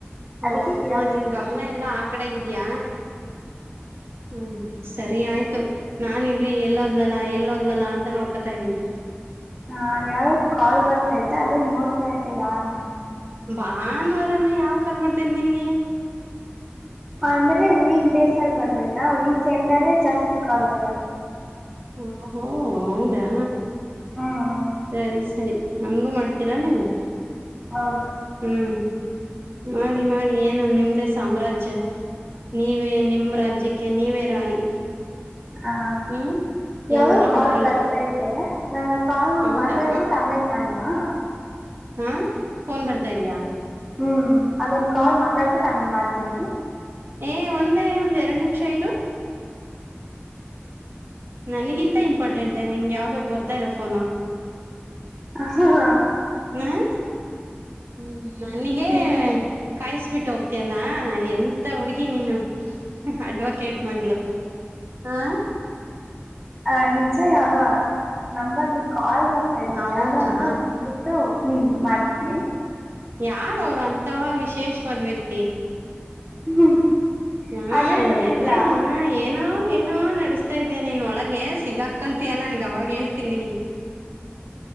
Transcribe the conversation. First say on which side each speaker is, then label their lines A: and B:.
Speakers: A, on the right (about 65°); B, on the right (about 20°).
A: ಹೋಒ
B: ಅದಕ್ಕೆ ಕೇಳಿಸ್ತಿರ್ಲಿಲ್ಲ
A: ನಿನ್ ಗಮನ ಎಲ್ಲಾ ಆ ಕಡೆಗಿದ್ಯಾ ಹ್ಮ್. ಸರಿ ಆಯ್ತು ನಾನ ಇಲ್ಲಿ ಎಲ್ಲೋದ್ಲಲ್ಲಾ ಎಲ್ಲೋದ್ಲಲ್ಲಾ ಅಂತ ನೋಡ್ಕತಾ ಇದ್ದೀನಿ.
B: ಹ ಅದ್ ಯಾವದೊ ಕಾಲ್ ಬರ್ತೈತೆ ಅದನ್ನ ನೋಡ್ತಾ ಇದ್ದೆ ಯಾರು.
A: ಭಾನುವಾರನು ಯಾವ ಕಾಲು್ ಬರ್ತೈದ್ ನಿನ್ಗೆ.
B: ಅಂದ್ರೆ ವೀಕ್ ಡೇಸ್ ಅಲ್ಲಿ ಬರ್ಬೇಕಾ ವೀಕ್ ಎಂಡ್ ಅಲ್ಲೇ ಜಾಸ್ತಿ ಕಾಲ್ ಬರೋದು.
A: ಒಹೊಹೋ ಹೌದಾ.
B: ಹ್ಮ್
A: ಸರಿ ಸರಿ ಹಂಗು ಮಾಡ್ತೀರಾ ನೀವು.
B: ಹೌದು.
A: ಹ್ಮ್ ಮಾಡಿ ಮಾಡಿ ಏನು ನಿಮ್ದೇ ಸಾಮ್ರಾಜ್ಯ. ನೀವೇ ನಿಮ್ ರಾಜ್ಯಕ್ಕೆ ನೀವೇ ರಾಣಿ.
B: ಹ
A: ಹ್ಮ್
B: ಯಾವೋ
A: ಏನಾರ
B: ಕಾಲ್
A: ಮಾಡ್ಕೊಳ್ಳಿ
B: ಬರ್ತ ಇ ತೆ ನಾನ ಆ ಕಾಲ್ ನ
A: ಹೌದಾ
B: ಮಾತಾಡ್ಬಿಟ್ಟು ಆಮೇಲ್ ಮಾಡ್ಲಾ.
A: ಹ್ಮ್ ಫೋನ್ ಬರ್ತಾ ಇದ್ಯಾ.
B: ಹ್ಮ್ ಅದನ್ ಕಾಲ್ ಮಾತಾಡ್ಬಿಟ್ಟು ಆಮೇಲ್ ಮಾಡ್ತೀನಿ.
A: ಏ ಒಂದೇ ಒಂದ್ ಎರಡು ನಿಮಿಷ ಇರು. ನನಗಿಂತ ಇಂಪಾರ್ಟೆಂಟ್ ನಿನಗೆ ಯಾವ್ದೋ ಬರ್ತಾ ಇರೋ ಪೋನು
B: ಹಾ ಹಾ ಹಾ
A: <unintelligible> ಹ್ಮ್ ನನಗೆ
B: ಹ್ಮ್
A: ಕಾಯಸ್ಬಿಟ್ಟ ಹೋಗ್ತಿಯಲ್ಲಾ ಎನ್ ಮತ್ತ ಹುಡುಗಿ ನೀನು ಅಡ್ವಕೇಟ್ ಮಗಳು ಹ
B: ಹ ನಿಜ ಯಾವ್ದೋ ನಂಬರದ್ದೂ ಕಾಲ್ ಬರ್ತ್ ತ್ತಿತ್ತು
A: ಹೌದಾ
B: ಯಾವದಂತ ನೋಡ್ಬಿಟ್ಟು ನಿನಗ್ ಮಾಡ್ತೀನಿ.
A: ಯಾರ ಅವರು ಅಂತ ವಿಶೇಷವಾದ್ ವ್ಯಕ್ತಿ.
B: <unintelligible>
A: ಹಾ
B: ಅದೇ ಗೊತ್ತಿಲ್ಲ
A: ಎಲ್ಲಾ ಇಗ್ ಹಾ ಏನೋ ಏನೋ ನಡಸ್ತಾ ಇದಿಯಾ ನೀನು ಒಳಗೆ ಸಿಗಾಕಂತೀಯಾ ನನಗೆ ಅವಾಗ ಹೇಳ್ತೀನಿ ನಿನಗೆ.